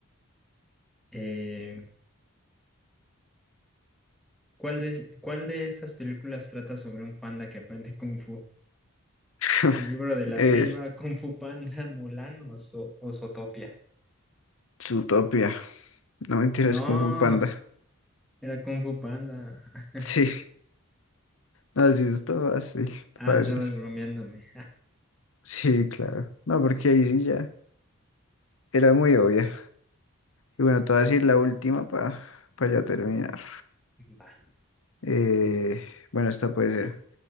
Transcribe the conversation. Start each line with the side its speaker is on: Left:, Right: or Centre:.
Centre: eh, ¿cuál de, cuál de estas películas trata sobre un panda que aprende Kung Fu?
Left: <laughs>
Centre: ¿El libro de la
Left: Eh,
Centre: selva, Kung Fu Panda, <laughs> Mulan o, So- o Zootopia?
Left: Zootopia. No mentiras,
Centre: No,
Left: como Panda.
Centre: era Kung Fu Panda. <laughs>
Left: <laughs> Sí, así es, está fácil,
Centre: Ah,
Left: fácil.
Centre: estabas bromeándome.
Left: Sí, claro. No, porque ahí sí ya era muy obvia. Y bueno, te voy a decir la última para ya terminar.
Centre: Va.
Left: Eh, bueno, esta puede ser.